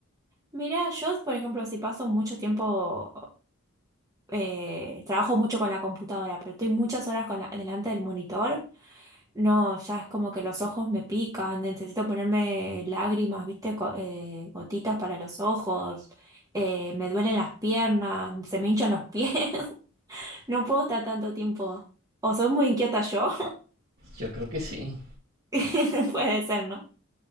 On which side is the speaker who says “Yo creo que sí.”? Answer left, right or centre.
Right